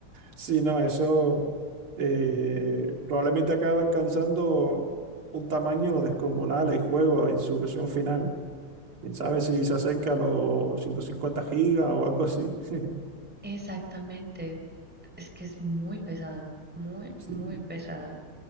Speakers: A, on the right (about 75°); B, in the centre.
A: Sí, no, eso eh, probablemente acaba alcanzando un tamaño descomunal el juego en su versión final. Quién sabe si se acerca a los 150 gigas o algo así. <laughs>
B: Exactamente, es que es muy pesado, muy,
A: Sí.
B: muy pesado.